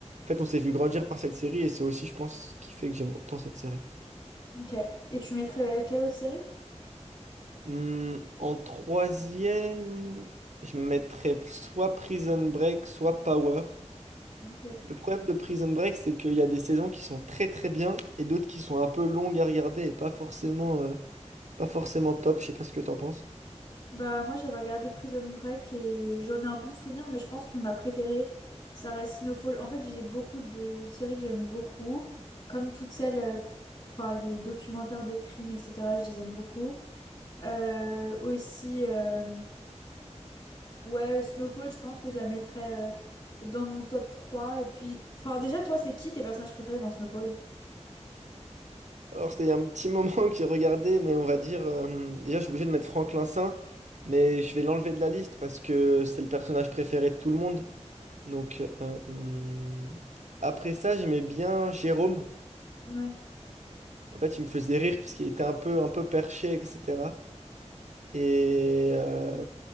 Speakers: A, on the right; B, on the left.
A: en fait, on s'est vu grandir par cette série et c'est aussi, je pense, ce qui fait que j'aime autant cette série.
B: Ok. Et tu mettrais quelle autre série?
A: Hmm, en troisième, je mettrais soit Prison Break, soit Power.
B: Ok.
A: Le problème de Prison Break, c'est qu'il y a des saisons qui sont très très bien et d'autres qui sont un peu longues à regarder et pas forcément, euh, pas forcément top. Je sais pas ce que t'en penses.
B: Bah, moi, j'avais regardé Prison Break et j'en ai un bon souvenir, mais je pense que ma préférée, ça reste Snowfall. En fait, j'ai beaucoup de séries que j'aime beaucoup, comme toutes celles, euh, enfin, les documentaires de crimes, etc., je les aime beaucoup. Euh, aussi. euh, Ouais, euh, Snowfall, je pense que je la mettrais euh, dans mon top trois Et puis, enfin, déjà, toi, c'est qui tes personnages préférés dans Snowfall?
A: Alors, c'était il y a un petit moment <laughs> que j'ai regardé, mais on va dire. euh, déjà, je suis obligé de mettre Franklin Saint, mais je vais l'enlever de la liste parce que c'est le personnage préféré de tout le monde. Donc, euh, hmm. après ça, j'aimais bien Jérôme.
B: Ouais.
A: En fait, il me faisait rire parce qu'il était un peu, un peu perché, etc. Et euh,